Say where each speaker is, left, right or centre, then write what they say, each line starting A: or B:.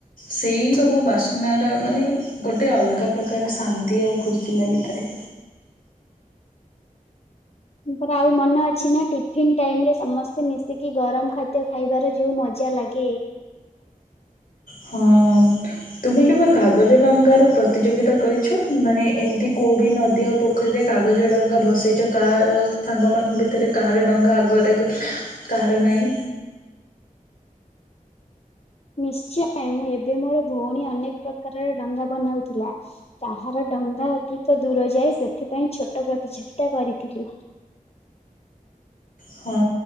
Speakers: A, on the left; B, on the left.
A: ସେଇ ସବୁ ବାସ୍ନାର ମାନେ ଗୋଟେ ଅଲଗା ପ୍ରକାର ଶାନ୍ତି ଆଉ ଖୁସି ଲାଗିଥାଏ।
B: ତୋର ଆଉ ମନେ ଅଛି ନା, ଟିଫିନ ଟାଇମ ରେ ସମସ୍ତେ ମିଶିକି ଗରମ ଖାଦ୍ୟ ଖାଇବାର ଯୋଉ ମ ଜା ଲାଗେ।
A: ହଁ। ତୁମେ କେବ କାଗଜ ଡଙ୍ଗାର ପ୍ରତିଯୋଗିତା କରିଛ। ମାନେ ଏମିତି କୋଉ ବି ନଦୀ ଅ ପୋଖରୀରେ କାଗଜ ଡଙ୍ଗା ଭସେଇଛ। କାହାର ସାଙ୍ଗମାନଙ୍କ ଭିତରେ କାହାର ଡଙ୍ଗା ଆଗରେ କାହାର ନାହିଁ।
B: ନିଶ୍ଚୟ, ଏବେ ମୋର ଭଉଣୀ ଅନେକ ପ୍ରକାରର ଡଙ୍ଗା ବନାଉଥିଲା। କାହାର ଡଙ୍ଗା ଅଧିକ ଦୂର ଯାଏ, ସେଥିପାଇଁ ଛୋଟ ପ୍ରତିଯୋଗିତା କରିଥିଲୁ।
A: ହଁ